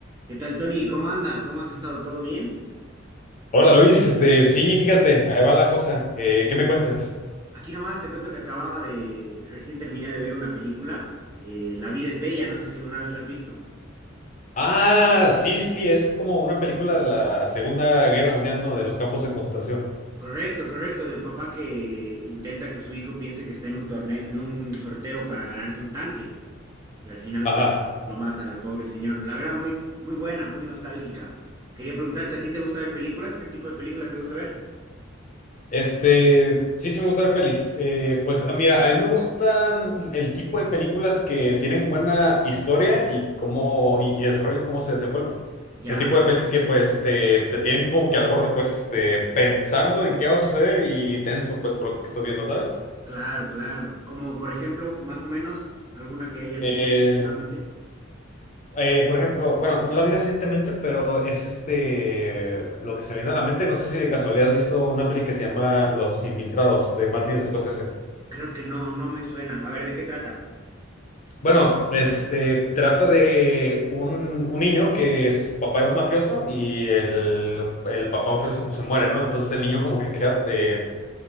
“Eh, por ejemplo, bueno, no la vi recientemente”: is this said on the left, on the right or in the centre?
Left